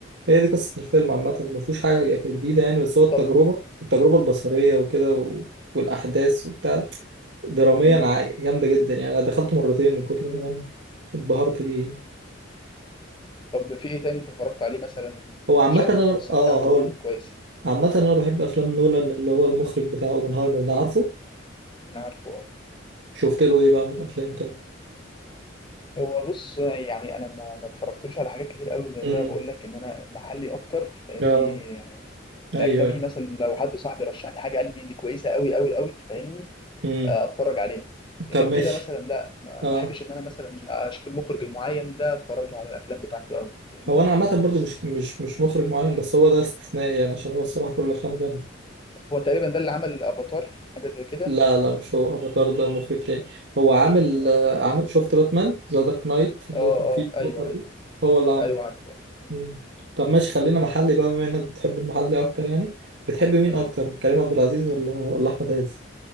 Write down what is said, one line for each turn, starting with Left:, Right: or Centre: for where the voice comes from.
Right: هي دي قصه الفيلم عامه ما فيهوش حاجه يعني جديده يعني بس هو التجربه
Left: طب
Right: التجربه البصريه وكده و... والاحداث وبتاع دراميا
Left: مم.
Right: ع- جامده جدا
Left: مم.
Right: يعني انا دخلته مرتين من كتر ما انا اتبهرت بيه
Left: طب في ايه تاني انت اتفرجت عليه مثلا
Right: هو عامه
Left: وشايف
Right: انا
Left: ان القصه
Right: اه
Left: بتاعته
Right: هقول
Left: كويسه
Right: عامه انا بحب افلام نولان اللي هو المخرج بتاع اوبنهايمر ده عارفه
Left: انا عارفه اه
Right: شفت له ايه بقى من افلام طيب
Left: هو بص يعني انا ما ما اتفرجتلوش على حاجات كتير قوي زي ده
Right: امم
Left: بقول لك ان انا محلي اكتر لاني
Right: اه
Left: في
Right: ايوه
Left: الاجنبي
Right: أيوة.
Left: مثلا لو حد صاحبي رشح لي حاجه قال لي دي كويسه قوي قوي قوي فاهمني
Right: امم
Left: آه، اتفرج عليها غير
Right: طب
Left: كده
Right: ماشي
Left: مثلا لا ما
Right: اه
Left: ما احبش ان انا مثلا اشوف المخرج المعين ده اتفرج له على الافلام بتاعته قوي فاهمني
Right: هو انا عامه برضو مش مش مش مخرج معين بس هو ده استثنائي يعني عشان هو الصراحه كل افلامه جامده
Left: هو تقريبا ده اللي عمل افاتار حاجه زي كده
Right: لا لا مش هو افاتار ده مخرج تاني هو عامل
Left: اه
Right: آه، عامل شفت باتمان ذا دارك نايت اللي
Left: اه آه،
Right: هو كان فيه
Left: ايوه
Right: جوكر ده
Left: ايوه
Right: هو اللي عامله
Left: ايوه عارفه
Right: امم طب ماشي خلينا محلي بقى بما انك بتحب المحلي اكتر يعني بتحب مين
Left: تمام
Right: اكتر كريم عبد العزيز ولا ولا احمد عز